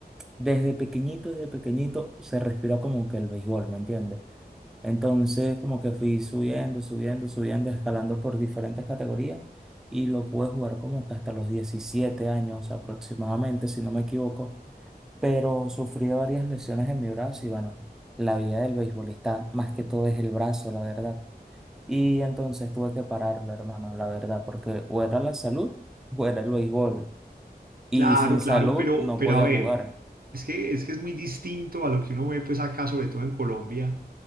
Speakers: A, in the centre; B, on the right.
A: desde pequeñito, desde pequeñito se respira como que el béisbol, ¿me entiendes? Entonces, como que fui subiendo, subiendo, subiendo, escalando por diferentes categorías y lo pude jugar como que hasta los 17 años aproximadamente, si no me equivoco. Pero sufrí varias lesiones en mi brazo y bueno, la vida del beisbolista más que todo es el brazo, la verdad. Y entonces tuve que pararlo, hermano, la verdad, porque o era la salud o era el béisbol. Y
B: Claro,
A: sin
B: claro,
A: salud
B: pero,
A: no
B: pero
A: podía
B: a ver,
A: jugar.
B: es que, es que es muy distinto a lo que uno ve pues acá, sobre todo en Colombia,